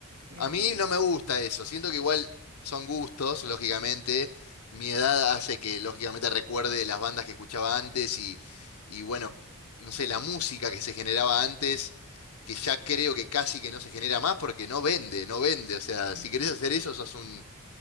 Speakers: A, on the right; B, on the left.
A: Eh,
B: A mí no
A: sí.
B: me gusta eso, siento que igual son gustos, lógicamente. Mi edad hace que, lógicamente, recuerde las bandas que escuchaba antes y, y bueno, no sé, la música que se generaba antes, que ya creo que casi que no se genera más porque no vende, no vende. O sea,
A: Mm.
B: si querés hacer eso, sos un